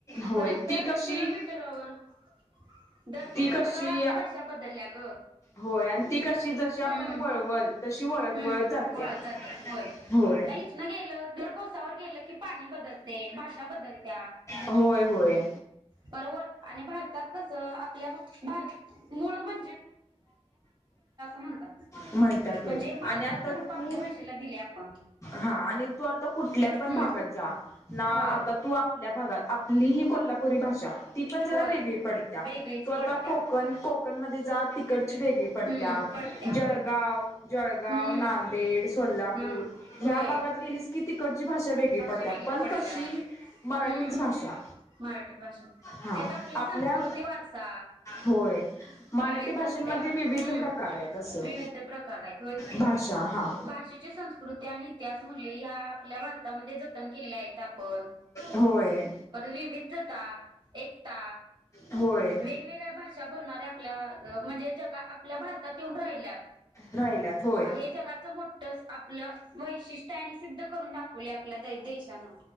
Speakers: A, on the left (about 30°); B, on the right (about 45°).
A: होय
B: परत दर
A: ती कशी
B: किलोमीटरवर दर किलोमीटर
A: ती कशी
B: आपली भाषा बदलल्या. ग.
A: होय ती कशी जशी आपण
B: हम्म
A: वळवल तशी वळत
B: हम्म
A: वळत जात्या
B: वळत होय. आता
A: होय.
B: इथनं गेलं दर कोसावर गेलं की पाणी बदलते भाषा बदलत्या.
A: होय होय.
B: बरोबर आणि भारतात कस आपल्या भारत मूळ म्हजे. म्हणतात.
A: म्हणतात.
B: म्हणजे माताचं
A: आणि आता
B: रूप आपल्या
A: तू
B: भाषेला दिले आपण
A: हा आणि तू आता कुठल्या पण
B: हम्म
A: भागात जा. ना
B: होय
A: आता तू आपल्या भागात आपली ही कोल्हापुरी भाषा ती पण जरा
B: होय.
A: वेगळी पडत्या
B: वेगळीच
A: तो आता
B: पडत्या
A: कोकण कोकण मधे जा तिकडची वेगळी पडत्या
B: हम्म पडत्या
A: जळगाव
B: होय.
A: जळगाव
B: हम्म
A: नांदेड. सोलापूर
B: हम्म
A: ह्या
B: होय
A: भागात गेलिस किती भाषा वेगळी
B: भाषा
A: पडत्या
B: वेगळी
A: पण
B: पडत्या
A: कशी मराठीच
B: हम्म
A: भाषा.
B: मराठी भाषा
A: हा
B: त्यात आपली
A: आपल्या
B: संस्कृती वारसा
A: होय. मराठी
B: विविध
A: भाषेमध्ये
B: असत्या
A: विविध
B: हम्म
A: प्रकार आहेत असं,
B: विविध प्रकार आहेत होय की
A: भाषा हा.
B: भाषेची संस्कृती इतिहास मुले ह आपल्या भारतात जतन किलेल्या आहेत आपण.
A: होय
B: विविधता एकता
A: होय
B: वेगवेगळ्या भाषा बो आपल्या म्हणजे जग आपल्या भारतात येऊन राहिल्यात.
A: राहिल्यात होय
B: हा हे जगाच मोठ आपलं वैशिष्ट्य सिद्ध करून दाखव आपल्या आपल्या देशानं.